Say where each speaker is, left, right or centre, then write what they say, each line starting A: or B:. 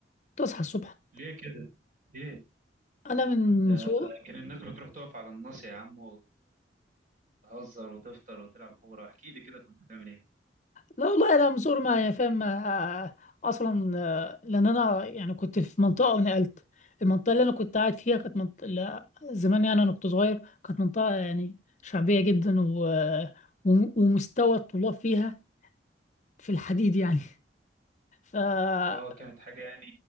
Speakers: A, on the left (about 40°); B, on the right (about 45°).
A: كنت اصحى الصبح
B: ليه كده ليه
A: انا من
B: ده
A: صغر
B: كان الناس بتروح تقف على الناصية يا عم وتهزر وتفطر وتلعب كورة احكي لي كده كنت بتعمل ايه
A: لا والله انا من صغر ما يعني فاهم ما- اصلا آه، لان انا يعني كنت في منطقه ونقلت المنطقه اللي انا كنت قاعد فيها كانت منطقه لا، زمان يعني انا كنت صغير كانت منطقه يعني شعبيه جدا و... وم- ومستوى الطلاب فيها في الحديد يعني <laughs>
B: اه كانت حاجة يعني